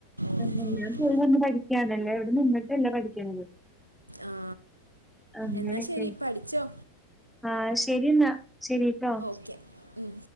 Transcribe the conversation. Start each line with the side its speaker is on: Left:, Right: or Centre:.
Right: ഓക്കെ
Centre: ആഹ് ഞാൻ
Right: ഓക്കെ
Centre: പോയിവന്ന് <unintelligible> ഇവിടെ നിന്നിട്ടെല്ലാ പഠിക്കെണത്
Right: ആ
Centre: അങ്ങനെക്കെ
Right: എന്നാൽ ശരി പഠിച്ചോ
Centre: ആഹ് ശരി എന്നാ ശരി ട്ടോ.
Right: ഓക്കെ ഉം